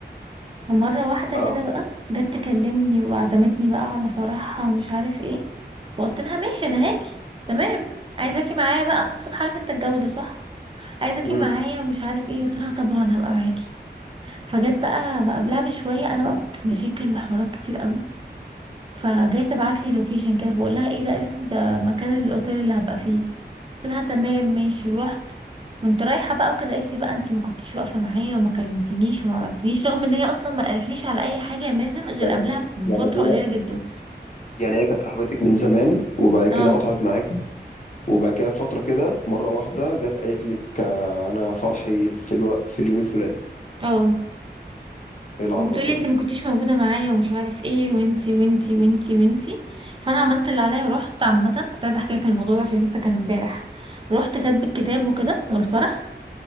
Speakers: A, on the right; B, on the left.
A: ومرة واحدة
B: اه
A: كده بقى جت تكلمني وعزمتني بقى على فرحها ومش عارف ايه فقلت لها ماشي انا هاجي تمام عايزاكي معايا بقى من الصبح عارف انت الجو ده صح عايزاكي
B: امم
A: معايا ومش عارف ايه قلت لها طبعا هبقى معاكي فجت بقى بقى قبلها بشوية انا بقى كنت في مشاكل وحوارات كتير قوي فجاي تبعت لي لوكيشن كده بقول لها ايه ده قالت لي ده مكان الاوتيل اللي هبقى فيه قلت لها تمام ماشي ورحت كنت رايحه بقى وكده قالت لي بقى انت ما كنتش واقفه معايا وما كلمتنيش وما عملتليش رغم ان هي اصلا ما قالتليش على اي حاجه يا مازن غير
B: يعني
A: قبلها بفتره
B: يعني هي
A: قليله جدا
B: يعني هي كانت صاحبتك من زمان وبعد كده
A: اه
B: قطعت معاك وبعد كده فترة كده مرة واحدة جت قالت لك آه، انا فرحي في الو... في اليوم الفلاني
A: اه
B: ايه العبط
A: وبتقولي
B: ده
A: انت ما كنتيش موجوده معايا ومش عارف ايه وانتي وانتي وانتي وانتي فانا عملت اللي عليا ورحت عامه كنت عايزه احكي لك الموضوع ده عشان لسه كان امبارح رحت كاتب الكتاب وكده والفرح